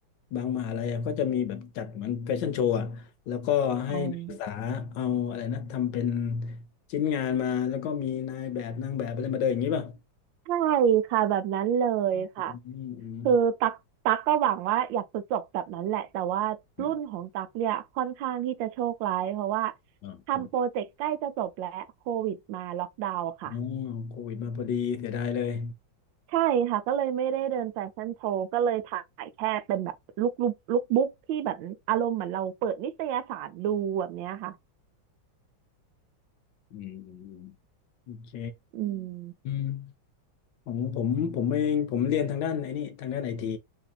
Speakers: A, on the left (about 75°); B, on the right (about 75°).
A: บางมหาลัยอะก็จะมีแบบจัดเหมือนแฟชั่นโชว์อะแล้วก็ให้นักศึกษาเอาอะไรนะทำเป็น
B: อืม
A: ชิ้นงานมาแล้วก็มีนายแบบนางแบบอะไรมาเดินอย่างนี้ป่ะ
B: ใช่ค่ะแบบนั้นเลยค่ะ
A: อืมอืม
B: คือตักตักก็หวังว่าอยากจะจบแบบนั้นแหละแต่ว่ารุ่นของตักเนี่ยค่อนข้างที่จะโชคร้ายเพราะว่า
A: เอออ๋อ
B: ทำโปรเจกต์ใกล้จะจบแล้วโควิดมาล็อกดาวน์ค่ะ
A: อืโควิดมาพอดีเสียดายเลย
B: ใช่ค่ะก็เลยไม่ได้เดินแฟชั่นโชว์ก็เลยถ่ายแค่เป็นแบบลุคลุคลุคบุ๊กที่แบบอารมณ์เหมือนเราเปิดนิตยสารดูแบบเนี้ยค่ะ
A: อืมอืมอืมโอเค
B: อืม
A: อืมของผมผมเองผมเรียนทางด้านไอ้นี่ทางด้านไอที